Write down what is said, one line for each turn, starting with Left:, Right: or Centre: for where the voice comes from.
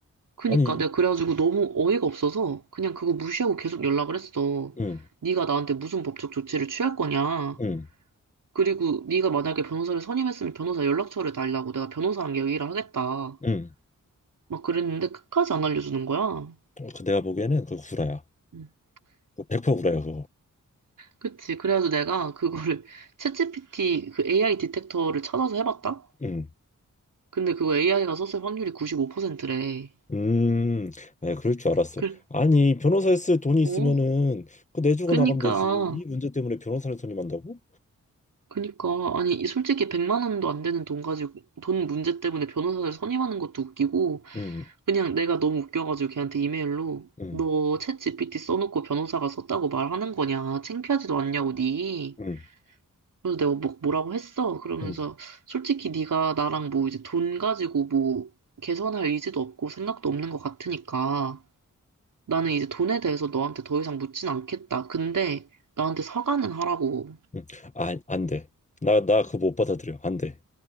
Right: 그니까
Left: 아니,
Right: 내가 그래가지고
Left: 음.
Right: 너무 어이가 없어서 그냥 그거 무시하고 계속 연락을 했어.
Left: 응,
Right: 네가 나한테 무슨 법적 조치를 취할 거냐.
Left: 응,
Right: 그리고 네가 만약에 변호사를 선임했으면 변호사 연락처를 달라고 내가 변호사랑 얘기를 하겠다.
Left: 응.
Right: 막 그랬는데 끝까지 안 알려주는 거야.
Left: 어, 그 내가 보기에는 그 구라야.
Right: 음.
Left: 100% 구라야 그거.
Right: 그치. 그래가지고 내가 그거를 <laughs> 챗GPT 그 AI 디텍터를 찾아서 해봤다?
Left: 응.
Right: 근데 그거 AI가 썼을 확률이 95%래.
Left: 음, 에 그럴 줄 알았어.
Right: 그,
Left: 아니, 변호사 에 쓸 돈이
Right: 어.
Left: 있으면은 그거 내주고
Right: 그니까,
Left: 나가면 되지. 이 문제 때문에 변호사를 선임한다고?
Right: 그니까. 아니, 이 솔직히 100만 원도 안 되는 돈 가지고, 돈 문제 때문에 변호사를 선임하는 것도 웃기고,
Left: 음,
Right: 그냥 내가 너무 웃겨가지고 걔한테 이메일로,
Left: 음,
Right: 너 챗GPT 써놓고 변호사가 썼다고 말하는 거냐? 창피하지도 않냐고, 니.
Left: 음,
Right: 그래서 내가 뭐, 뭐라고 했어? 그러면서
Left: 음,
Right: 솔직히 네가 나랑 뭐 이제 돈 가지고 뭐 개선할 의지도 없고 생각도 없는 것 같으니까 나는 이제 돈에 대해서 너한테 더 이상 묻진 않겠다. 근데 나한테 사과는 하라고.
Left: 음. 아, 안 돼. 나, 나 그거 못 받아들여. 안 돼.